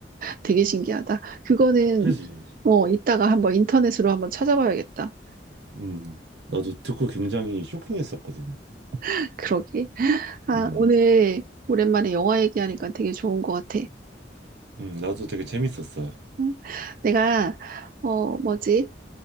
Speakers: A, on the right; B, on the right.
A: 되게 신기하다. 그거는
B: 그지?
A: 어 이따가 한번 인터넷으로 한번 찾아봐야겠다.
B: 음, 나도 듣고 굉장히 쇼킹했었거든.
A: <laughs> 그러게. 아
B: 음,
A: 오늘 오랜만에 영화 얘기하니까 되게 좋은 것 같아.
B: 음, 나도 되게 재밌었어.
A: 응? 내가 어 뭐지?